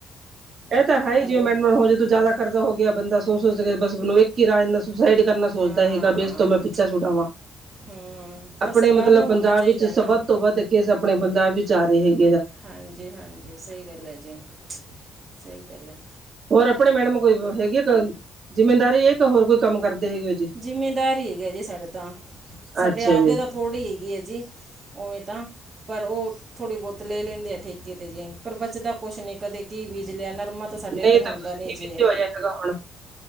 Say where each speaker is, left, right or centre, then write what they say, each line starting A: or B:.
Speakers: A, on the right; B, on the right.
A: ਏਹ ਤਾਂ ਹੈਈ
B: ਹੈਲੋ
A: ਜਿਵੇਂ ਮੈਡਮਣ ਹੋ ਜੇ ਤੂੰ ਜ਼ਿਆਦਾ
B: ਹਾਂਜੀ
A: ਕਰਜ਼ਾ ਹੋ ਗਿਆ, ਬੰਦਾ ਸੋ ਸੋਚ ਕੇ ਬਸ ਮੈਨੂੰ ਏਕ ਹੀ ਰਾਹ ਆਂਦਾ ਸੁਸਾਇਡ। ਕਰਨਾ ਸੋਚਦਾ
B: ਹਾਂ
A: ਹੈਗਾ, ਬੀ ਏਸ ਤੋਂ ਮੈਂ ਪਿੱਛਾ ਛੁਡਾਵਾਂ।
B: ਹਮ, ਪਰ
A: ਅਪਣੇ
B: ਸਰਕਾਰ
A: ਮਤਲਬ
B: ਨੂੰ
A: ਪੰਜਾਬ
B: ਹੋਣਾ ਚਾਹੀਦਾ
A: ਵਿੱਚ ਸਭ
B: ਹੈ ਨਾ
A: ਵੱਧ ਤੋਂ ਵੱਧ ਕੇਸ ਅਪਣੇ ਪੰਜਾਬ ਇਚ ਆ ਰਹੇ ਹੇਗ
B: ਹਾਂਜੀ-ਹਾਂਜੀ, ਸਹੀ ਗੱਲ ਐ ਜੀ, ਸਹੀ ਗੱਲ ਐ।
A: ਔਰ ਅਪਣੇ ਮੈਡਮ ਕੋਈ ਵ ਹੈਗੀ ਆ, ਕ ਜਮੀਨਦਾਰੀ ਏ ਕੇ ਹੋਰ ਕੋਈ ਕੰਮ ਕਰਦੇ ਹੈਗੇ। ਜੀ
B: ਜ਼ਿੰਮੀਦਾਰੀ ਹੈਗਾ ਜੀ ਸਾਡੇ ਤਾਂ, ਸਾਡੇ
A: ਅੱਛਾ
B: ਆਪਦੇ
A: ਜੀ
B: ਤਾਂ ਥੋੜ੍ਹੀ ਹੈਗੀ ਐਂ ਜੀ। ਉਵੇਂ ਤਾਂ ਪਰ ਓ ਥੋੜ੍ਹੀ ਬੌਤ ਲੇ ਲੇੰਦੇ ਆ ਠੇਕੇ ਤੇ ਜੀ, ਪਰ ਬਚਦਾ ਕੁਛ ਨੀ ਕਦੇ ਕੀ ਬੀਜ ਲਿਆ ਨਰਮਾ ਤਾਂ
A: ਨਹੀਂ
B: ਸਾਡੇ ਇਧਰ
A: ਤਾਂ
B: ਹੁੰਦਾ
A: ਤੁਸੀਂ
B: ਨੀ
A: ਕਿਵੇਂ
B: ਜੀ,
A: ਤੇ ਹੋਇਆ ਹੈਗਾ ਹੁਣ